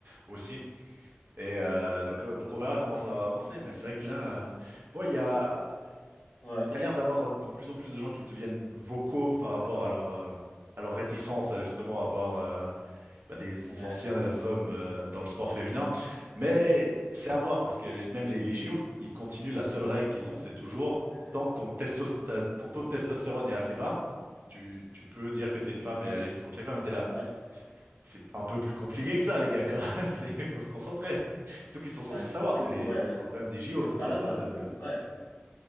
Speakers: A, on the right; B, on the left.
A: aussi. Et euh, donc, euh, donc, on verra comment ça va avancer. Mais c'est vrai que là, euh, bon, il y a.
B: ouais,
A: Il y a l'air d'avoir euh, de plus en plus de gens qui deviennent vocaux par rapport à leur, euh, à leur réticence à justement avoir euh, bah, des
B: ouais,
A: anciens hommes euh, dans le sport féminin. Mais c'est à voir parce que même les, les JO, ils continuent. La seule
B: ouais.
A: règle qu'ils ont,
B: Ah,
A: c'est toujours
B: ouais,
A: tant que ton, testos- ta- ton taux de testostérone est assez bas, tu, tu peux dire que t'es une femme et aller contre les femmes. Et t'es là.
B: ouais,
A: C'est un peu plus compliqué que ça, les gars, quand même. <laughs> C'est, faut se concentrer. <laughs> C'est tout qu'ils sont censés
B: ouais, c'est
A: savoir.
B: plus
A: C'est
B: cool,
A: les,
B: ouais.
A: on parle
B: c'est-
A: quand même des JO, on parle
B: Bah là,
A: pas
B: de toute
A: de,
B: façon, ouais.